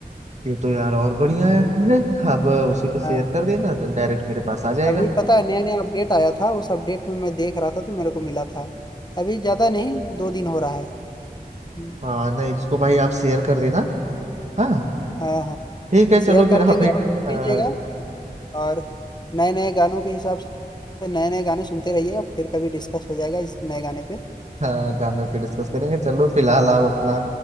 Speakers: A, on the right; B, on the left.
A: ये तो यार और बढ़िया है हाँ, अब उसी पे शेयर
B: हाँ
A: कर देना तो डायरेक्ट मेरे पास आ जाएगा
B: अभी पता है नया नया अपडेट आया था उस अपडेट में मैं देख रहा था तो मेरे को मिला था अभी ज़्यादा नहीं दो दिन हो रहा है हम्म,
A: हाँ नहीं इसको भाई आप शेयर कर देना हाँ
B: हाँ हाँ
A: ठीक है
B: शेयर
A: चलो फिर
B: कर
A: आप
B: देंगे
A: एक
B: आप सुन
A: अ,
B: लीजिएगा और नए नए गानों के हिसाब से नए नए गाने सुनते रहिएगा फिर कभी डिस्कस हो जाएगा इस नए गाने पे
A: अ, गाने पे डिस्कस करेंगे चलो फिलहाल आप अपना